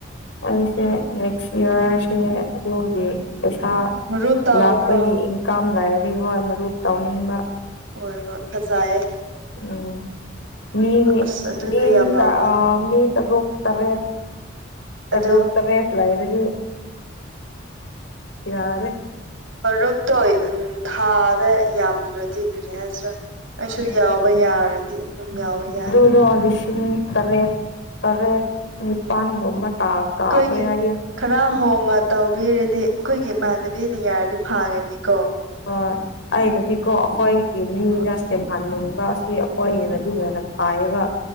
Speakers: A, on the left (about 70°); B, on the right (about 80°).
A: ꯑꯩꯁꯦ ꯅꯦꯛꯁ ꯏꯌꯥꯔꯁꯦ ꯑꯗꯨ ꯒꯤ ꯄꯩꯁꯥ
B: ꯃꯔꯨꯞ ꯇꯥꯎꯈ꯭ꯔꯣ
A: ꯂꯥꯛꯄꯒꯤ ꯏꯪꯀꯝ ꯂꯩꯔꯗꯤ ꯍꯣꯏ ꯃꯔꯨꯞ ꯇꯥꯎꯅꯤꯡꯕ
B: ꯍꯣꯏ ꯍꯣꯏ ꯐꯖꯩ ꯌꯦ
A: ꯎꯝ ꯃꯤ
B: ꯑꯁ ꯑꯗꯨꯗꯣ
A: ꯃꯤ
B: ꯌꯥꯝ
A: ꯇ
B: ꯂꯥꯎꯅꯤꯡ
A: ꯅꯤꯇꯔꯨꯛꯇꯔꯦꯠ ꯇꯔꯨꯛ
B: ꯑꯗꯨ
A: ꯇꯔꯦꯠ ꯂꯩꯔꯥꯗꯤ ꯌꯥꯔꯦ
B: ꯃꯔꯨꯞꯇꯣ ꯎ ꯊꯥꯗ ꯌꯥꯝꯗ꯭ꯔꯗꯤ ꯀꯔꯤ ꯍꯥꯏꯁꯤꯔꯥ ꯑꯩꯁꯨ
A: ꯎꯝ
B: ꯌꯥꯎꯕ ꯌꯥꯔꯗꯤ ꯑꯗꯨꯝ ꯌꯥꯎꯕ ꯌꯥꯏ
A: <unintelligible> ꯂꯤꯁꯤꯡ ꯇꯔꯦꯠ ꯇꯔꯦꯠ ꯅꯤꯄꯥꯜꯒꯨꯝꯕ ꯇꯥ ꯀꯥꯈ꯭ꯔꯦ
B: ꯑꯩꯈꯣꯏꯒꯤ
A: ꯍꯥꯏꯌꯦ
B: ꯈꯔ ꯍꯣꯡꯉ ꯇꯧꯕꯤꯔꯗꯤ ꯑꯩꯈꯣꯏꯒꯤ ꯏꯃꯥꯟꯅꯕꯤꯅ ꯌꯥꯔꯗꯤ ꯐꯔꯅꯤꯀꯣ
A: ꯍꯣꯏ ꯑꯩꯅꯗꯤꯀꯣ ꯑꯩꯈꯣꯏꯒꯤ ꯃꯤꯗ
B: ꯍꯣꯏ
A: ꯁꯦꯝꯍꯟꯅꯤꯡꯕ ꯑꯁꯤ ꯍꯣꯏꯅꯥꯗꯤ ꯍꯦꯟꯅ ꯐꯥꯏꯌꯦꯕ